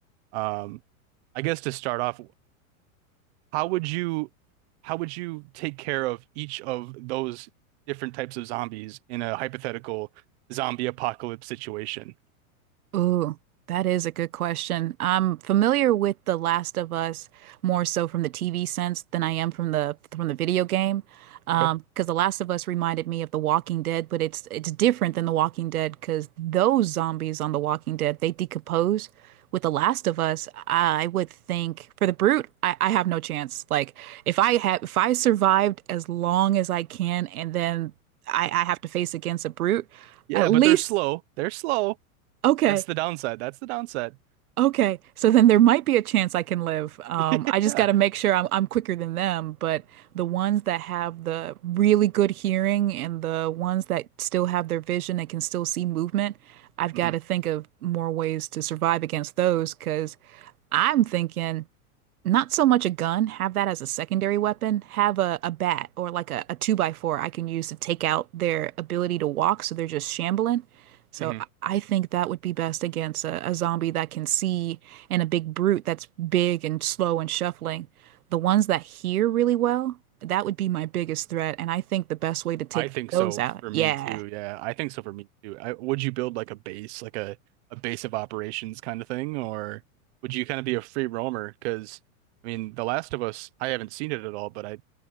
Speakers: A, on the right; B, on the right.
A: Um, I guess to start off, how would you how would you take care of each of those different types of zombies in a hypothetical zombie apocalypse situation?
B: Ooh, that is a good question. I'm familiar with The Last of Us more so from the TV sense than I am from the from the video game. Um,
A: Okay.
B: because The Last of Us reminded me of The Walking Dead, but it's it's different than The Walking Dead because those zombies on The Walking Dead, they decompose. With The Last of Us, I would think for the brute, I, I have no chance. Like if I have if I survived as long as I can and then I, I have to face against a brute,
A: Yeah,
B: at least
A: but they're slow. They're slow.
B: okay.
A: That's the downside. That's the downside.
B: Okay, so then there might be a chance I can live. Um,
A: <laughs>
B: I just
A: Yeah.
B: got to make sure I'm I'm quicker than them, but the ones that have the really good hearing and the ones that still have their vision and can still see movement, I've
A: hmm
B: got to think of more ways to survive against those because I'm thinking not so much a gun, have that as a secondary weapon. Have a, a bat or like a, a two by four I can use to take out their ability to walk so they're just shambling. So
A: hmm
B: I I think that would be best against a, a zombie that can see and a big brute that's big and slow and shuffling. The ones that hear really well, that would be my biggest threat. And I think the best way to take
A: I think
B: those
A: so
B: out,
A: for me
B: yeah.
A: too. Yeah, I think so for me too. I, would you build like a base, like a a base of operations kind of thing, or would you kind of be a free roamer? Because I mean, The Last of Us, I haven't seen it at all, but I